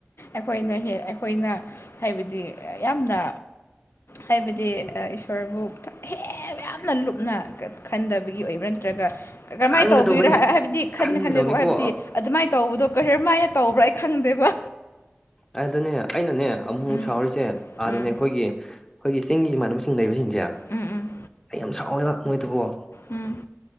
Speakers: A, on the left; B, on the left.
A: ꯑꯩꯈꯣꯏꯅ ꯍ ꯑꯩꯈꯣꯏꯅ ꯍꯥꯏꯕꯗꯤ ꯌꯥꯝꯅ ꯍꯥꯏꯕꯗꯤ ꯏꯁꯣꯔꯕꯨ ꯌꯥꯝꯅ ꯂꯨꯞꯅ ꯈꯟꯗꯕꯒꯤ ꯑꯣꯏꯕ꯭ꯔꯥ ꯅꯠꯇ꯭ꯔꯒ ꯀꯃꯥꯏꯅ
B: ꯈꯟꯒꯗꯧꯕꯅꯤ
A: ꯇꯧꯕꯤꯔꯥ ꯍꯥꯏꯕꯗꯤ ꯈꯟꯅ
B: ꯈꯟꯒꯗꯧꯅꯤꯀꯣ
A: ꯈꯅꯤꯐ ꯍꯥꯏꯕꯗꯤ ꯑꯗꯨꯃꯥꯏꯅ ꯇ ꯇꯧꯕꯗꯣ ꯀꯔꯔ ꯃꯥꯥꯏꯅ ꯇꯧꯕ꯭ꯔꯥ ꯑꯩ ꯈꯪꯗꯦꯕ
B: ꯑꯗꯨꯗꯅꯦ ꯑꯩꯅꯅꯦ ꯑꯃꯨꯛ
A: ꯎꯝ
B: ꯑꯃꯨꯛ ꯁꯥꯎꯍꯔꯤꯁꯦ ꯑꯥꯗꯅꯦ
A: ꯎꯝ
B: ꯑꯩꯈꯣꯏꯒꯤ ꯑꯩꯈꯣꯏꯒꯤ ꯆꯤꯡꯒꯤ ꯏꯃꯥꯟꯅꯕꯁꯤꯡ ꯂꯩꯕꯁꯤꯡꯁꯦ
A: ꯎꯝ ꯎꯝ
B: ꯑꯩ ꯌꯥꯝ ꯁꯥꯎꯋꯦꯕ ꯃꯣꯏꯗꯨꯕꯣ
A: ꯎꯝ